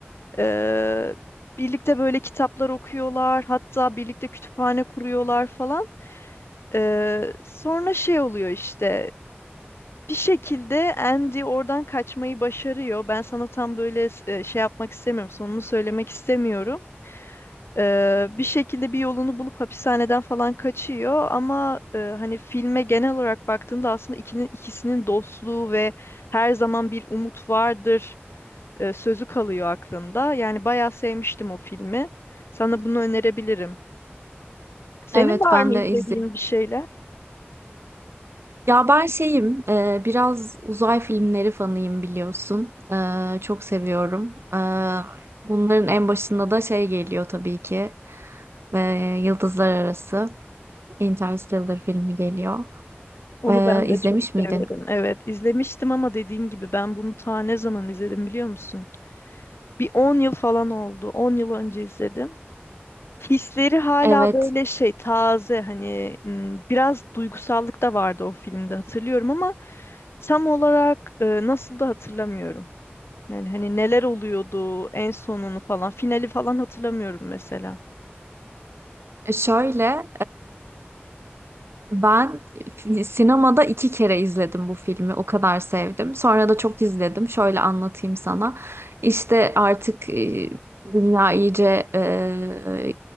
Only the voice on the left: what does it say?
Ee, birlikte böyle kitaplar okuyorlar, hatta birlikte kütüphane kuruyorlar falan. Ee, sonra şey oluyor işte bir şekilde Andy oradan kaçmayı başarıyor. Ben sana tam böyle e, şey yapmak istemiyorum, sonunu söylemek istemiyorum. Ee, bir şekilde bir yolunu bulup hapishaneden falan kaçıyor ama e, hani filme genel olarak baktığında aslında ikinin ikisinin dostluğu ve her zaman bir umut vardır e, sözü kalıyor aklında. Yani bayağı sevmiştim o filmi. Sana bunu önerebilirim. Senin
var
mı izlediğin
bir şeyler?
Onu
ben
de çok
severim. Evet, izlemiştim ama dediğim gibi ben bunu ta ne zaman izledim biliyor musun? Bir 10 yıl falan oldu. 10 yıl önce izledim. Hisleri hala
böyle şey taze hani m, biraz duygusallık da vardı o filmde hatırlıyorum ama tam olarak e, nasıl da hatırlamıyorum. Yani hani neler oluyordu en sonunu falan finali falan hatırlamıyorum mesela.